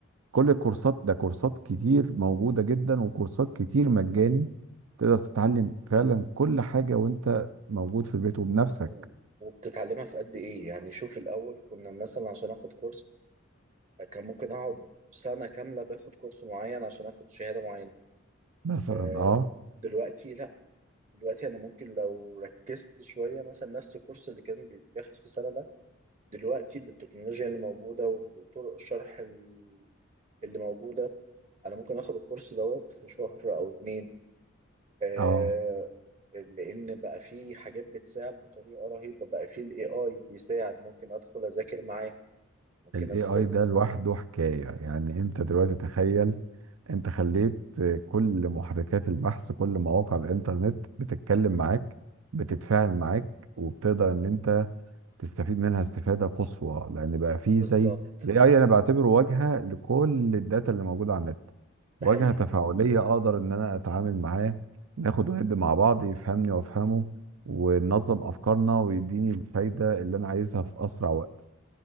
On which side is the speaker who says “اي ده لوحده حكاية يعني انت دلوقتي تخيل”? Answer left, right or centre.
Right